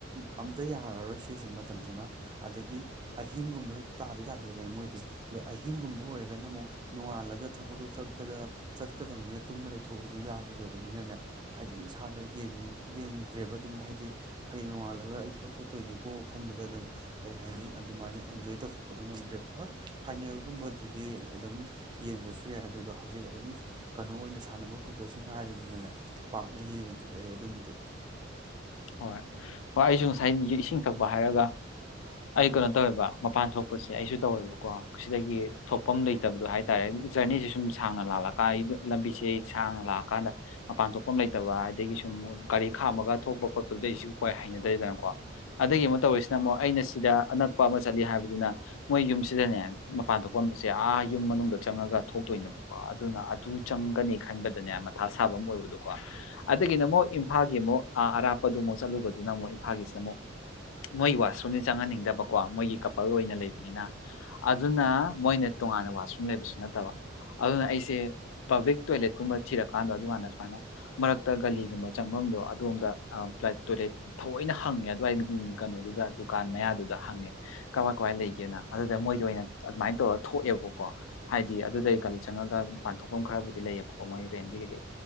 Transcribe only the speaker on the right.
ꯑꯝꯇ ꯌꯥꯔꯔꯣꯏ ꯁꯤꯁꯤ ꯃꯇꯝꯗ ꯁꯤꯃ ꯑꯗꯒꯤ ꯑꯍꯤꯡꯒꯨꯝꯕ ꯍꯦꯛ ꯇꯥꯗꯩ ꯇꯥꯈꯠꯂꯗꯅ ꯃꯣꯏꯗꯤ ꯑꯗꯣ ꯑꯍꯤꯡꯒꯨꯝꯕ ꯑꯣꯏꯔꯒꯅ ꯑꯃꯨꯛ ꯅꯣꯡꯉꯥꯜꯂꯒ ꯊꯕꯛꯇꯣ ꯆꯠꯄꯗ ꯆꯠꯀꯗꯕꯅꯤꯅ ꯇꯨꯝꯕ ꯂꯩꯊꯣꯛꯑꯗꯨ ꯌꯥꯔꯣꯏꯗꯣꯏꯕ ꯑꯗꯨꯅꯤ ꯍꯥꯏꯗꯤ ꯏꯁꯥꯗ ꯌꯦꯡꯗ꯭ꯔꯦꯕ ꯑꯗꯨꯝ ꯍꯥꯏꯗꯤ ꯍꯌꯦꯡ ꯅꯣꯡꯉꯥꯜꯂꯒ ꯑꯩ ꯊꯕꯛ ꯆꯠꯇꯣꯏꯅꯤꯀꯣ ꯈꯟꯕꯗ ꯑꯗꯨꯝ ꯀꯩ ꯍꯥꯏꯅꯤ ꯑꯗꯨꯃꯥꯏꯅ ꯖꯣꯏ ꯇꯧꯊꯣꯛꯄꯗꯨ ꯉꯝꯗ꯭ꯔꯦ ꯍꯣꯏ ꯐꯥꯏꯅꯦꯜꯒꯨꯝꯕꯗꯗꯤ ꯑꯗꯨꯝ ꯌꯦꯡꯕꯁꯨ ꯌꯥꯏ ꯑꯗꯨꯒ ꯍꯧꯖꯤꯛ ꯑꯗꯨꯝ ꯀꯩꯅꯣ ꯑꯣꯏꯅ ꯁꯥꯟꯅꯕ ꯍꯧꯗꯁꯨ ꯉꯥꯏꯔꯤꯕ ꯄꯥꯛꯅ ꯌꯦꯡꯗ꯭ꯔꯦ ꯑꯩ ꯑꯗꯨꯝꯕꯗꯤ